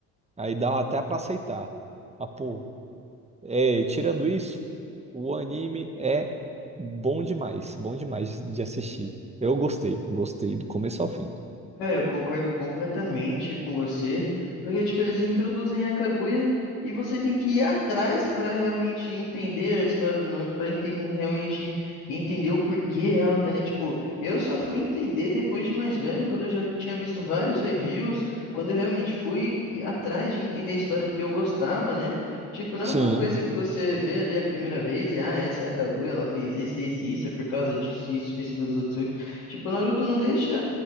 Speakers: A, on the right; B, on the left.
A: Aí dá até pra aceitar. Ah, pô, é, tirando isso, o anime é bom demais, bom demais de assistir. Eu gostei, gostei do começo ao fim.
B: Cara, eu concordo completamente com você, porque tipo, eles introduzem a Kaguya e você tem que ir atrás para realmente entender a história do Naruto, para realmente entender o porquê ela tá ali, tipo, eu só fui entender depois de mais velho, quando eu já tinha visto vários reviews, quando eu realmente fui atrás de entender a história porque eu gostava, né? Tipo, não
A: Sim,
B: é uma coisa que você vê ali a primeira vez e, ah, essa é a Kaguya, ela fez isso, isso, e isso, é por causa disso, isso, isso dos Otsutsu. Tipo, Naruto não deixa.